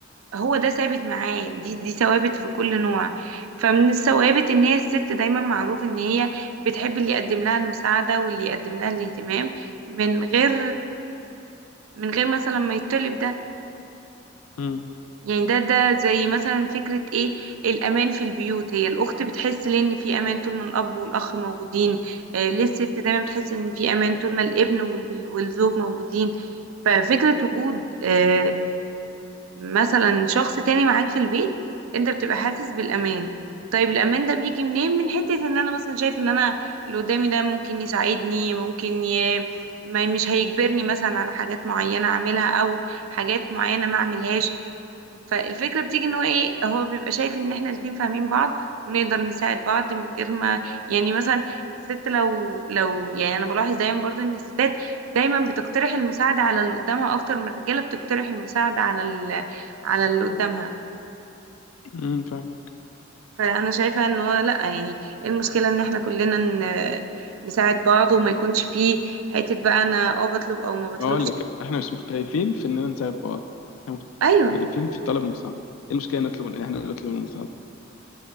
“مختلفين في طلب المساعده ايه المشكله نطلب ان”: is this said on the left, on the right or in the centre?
Left